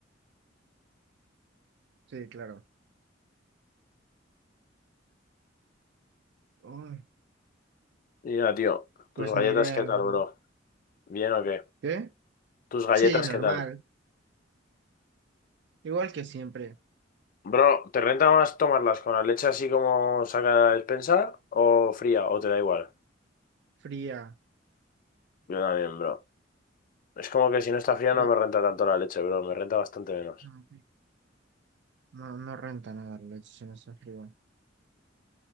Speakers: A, on the right; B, on the left.
A: sí, claro. Ay,
B: Mira, tío, tus
A: pues
B: galletas,
A: ni idea,
B: ¿qué tal,
A: bro.
B: bro? ¿Bien o qué?
A: ¿Qué?
B: ¿Tus galletas,
A: Sí, normal.
B: qué tal?
A: Igual que siempre.
B: Bro, ¿te renta más tomarlas con la leche así como saca de la despensa o fría o te da igual?
A: Fría.
B: Yo también, bro. Es como que si no está fría
A: Bro,
B: no me renta tanto la leche, bro. Me renta bastante menos.
A: No, no no renta nada la leche si no está fría.